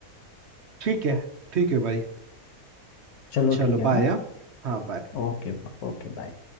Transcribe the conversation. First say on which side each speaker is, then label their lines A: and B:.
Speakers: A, on the right; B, on the left.
A: ठीक है ठीक है भाई
B: चलो
A: चलो
B: ठीक है
A: बाय
B: हाँ
A: हाँ हाँ बाय
B: ओके Okay bye